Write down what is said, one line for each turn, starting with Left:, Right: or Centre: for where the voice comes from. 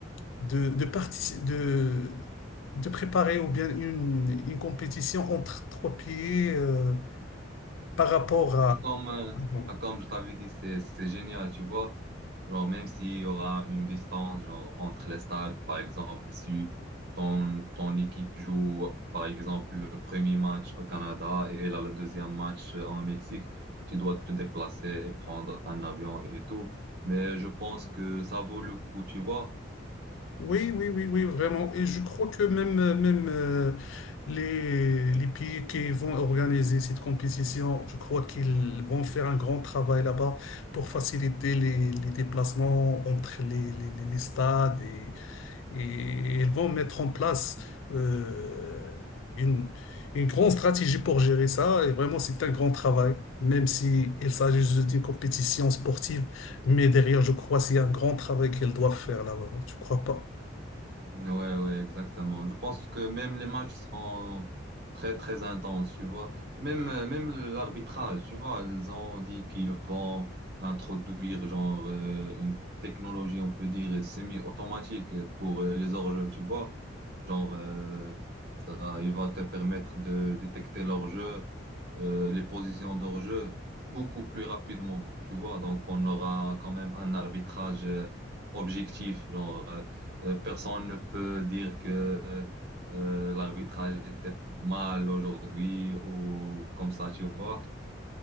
Left: de, de, partici- de, de préparer ou bien une, une compétition entre trois pays euh, par rapport
Right: Ah,
Left: à...
Right: Comme, euh,
Left: avant.
Right: ah, comme je t'avais dit, c'est, c'est génial, tu vois. Genre, même s'il y aura une distance genre, entre les stades, par exemple, si ton, ton équipe joue, par exemple, le premier match au Canada et elle a le deuxième match euh, en Mexique, tu dois te déplacer et prendre un avion et tout. Mais je pense que ça vaut le coup, tu vois.
Left: Oui, oui, oui, oui, vraiment. Et je crois que même, même euh, les, les pays qui vont organiser cette compétition, je crois qu'ils vont faire un grand travail là-bas pour faciliter les, les déplacements entre les, les, les les stades et Et ils vont mettre en place euh, une, une grande stratégie pour gérer ça. Et vraiment, c'est un grand travail, même si il s'agit juste d'une compétition sportive. Mais derrière, je crois c'est un grand travail qu'ils doivent faire là-bas. Tu crois pas?
Right: Ouais, ouais, exactement. Je pense que même les matchs seront très, très intenses, tu vois. Même, euh, même l'arbitrage, tu vois, ils ont dit qu'ils vont introduire genre euh, une technologie, on peut dire, semi-automatique pour euh, les hors-jeux, tu vois. Genre, euh, ça, il va te permettre de détecter l'hors-jeu, euh, les positions d'hors-jeu beaucoup plus rapidement, tu vois. Donc, on aura quand même un arbitrage euh, objectif, genre. euh, euh, personne ne peut dire que euh, l'arbitrage était mal aujourd'hui ou comme ça, tu vois.